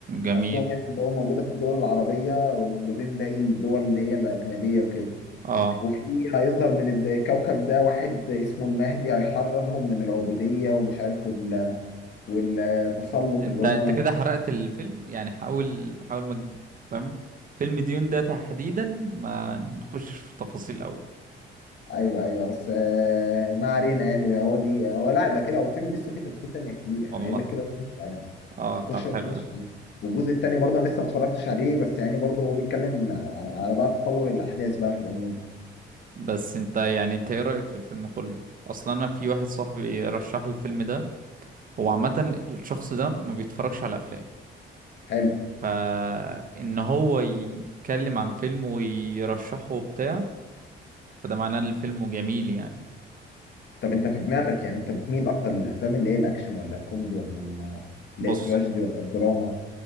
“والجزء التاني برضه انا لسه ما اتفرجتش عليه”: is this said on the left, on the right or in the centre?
Left